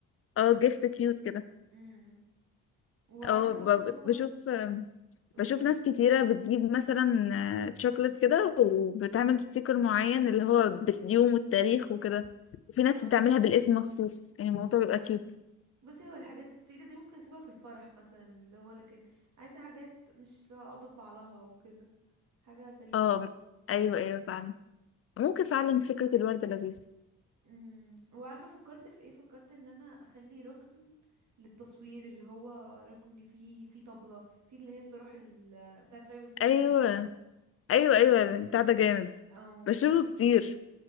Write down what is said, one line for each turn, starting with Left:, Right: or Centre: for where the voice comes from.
Left: اه جيفت كيوت كده
Right: امم وعايزة
Left: اه ب-
Right: برضو أظبط
Left: بشوف
Right: قوليلي
Left: بشوف ناس كتيرة بتجيب مثلا آه، شوكولات كده وبتعمل ستيكر معين اللي هو باليوم والتاريخ وكده وفي ناس
Right: اه
Left: بتعملها بالاسم مخصوص يعني الموضوع بيبقى كيوت
Right: بصي هو الحاجات التقيلة دي ممكن أسيبها في الفرح مثلا اللي هو لكن عايزة حاجات مش أقعد أطبع لها وكده حاجة سريعة
Left: اه
Right: كده
Left: ايوه ايوه فعلا ممكن فعلا فكرة الوردة لذيذة
Right: امم وعارفة فكرت في ايه فكرت ان انا اخلي ركن للتصوير اللي هو ركن فيه فيه طبلة فيه اللي هي الطرح ال- بتاعت ريا وسكينة
Left: ايوه
Right: دي
Left: ايوه ايوه بتاع ده جامد
Right: او
Left: بشوفه كتير